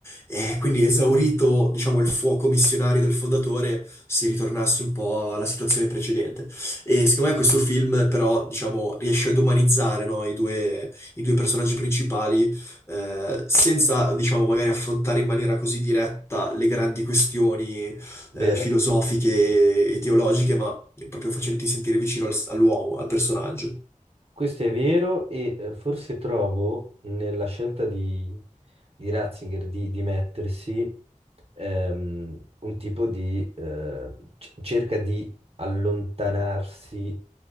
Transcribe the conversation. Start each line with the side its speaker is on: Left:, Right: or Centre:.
Left: E quindi esaurito, diciamo, il fuoco missionario del fondatore, si ritornasse un po' alla situazione precedente. E secondo me questo film, però, diciamo, riesce ad umanizzare, no, i due, i due personaggi principali, eh, senza, diciamo, magari affrontare in maniera così diretta le grandi questioni, eh,
Right: Vero?
Left: filosofiche e teologiche, ma proprio facendoti sentire vicino al- all'uomo, al personaggio.
Right: Questo è vero e eh, forse trovo nella scelta di, di Ratzinger di, di mettersi ehm, un tipo di... eh, c- cerca di allontanarsi